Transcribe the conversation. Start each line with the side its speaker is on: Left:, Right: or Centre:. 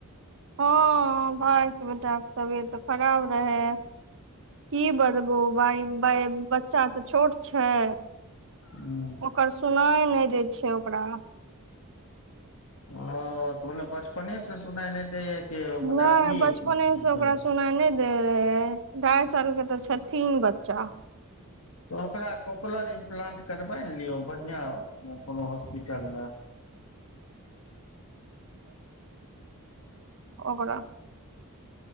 Right: हँ भाय के बेटा के तबियत खराब रहै की बतबू भाय भाय बच्चा तऽ छोट छै
Left: हूं
Right: ओकर सुनाइ नय दय छै ओकरा
Left: ओ तोने बचपने से सुनाइ नय दैया कि
Right: नय
Left: मने अभी
Right: बचपने
Left: भेल।
Right: से ओकरा सुनाय नय रहे ढाइ साल के तऽ छथिन बच्चा
Left: त ओकरा कोकलर इम्प्लंट करबाय न लियौ बढ़िआं कोनो हॉस्पिटल मे
Right: ओकरा